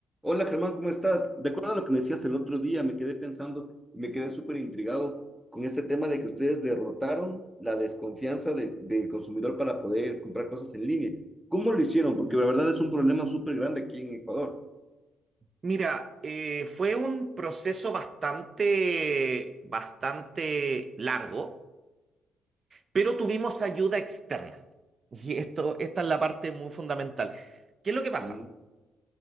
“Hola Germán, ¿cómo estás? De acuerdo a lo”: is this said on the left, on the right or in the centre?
Centre